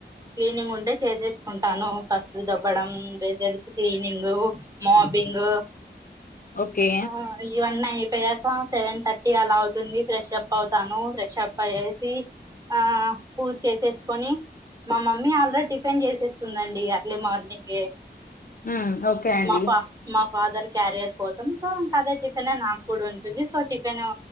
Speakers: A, on the right; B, on the left.
A: క్లీనింగ్ ఉంటే చేసేసుకుంటాను, దబ్బడం బెడ్ క్నింగ్ మాఫింగ్
B: ఓకే
A: ఆ ఇవన్న అయిపోయాక సెవెన్ థర్టీ అలా అవుతుంది. ర్రెషప్ప అవుతాను ర్రెషప్ప అయేసి ఆ పూజ చేసేసుకొని, మా మమ్మీ ఆల్రెడీ టిఫిన్ చేసేస్తుందండి అర్లీ మార్నింగే
B: ఉమ్ ఓకే అండి
A: మా ఫ మా ఫాదర్ క్యారియర్ కోసం సో ఇంకా అదే టిఫిన్ నాకు కూడా ఉంటుంది. సో టిఫిన్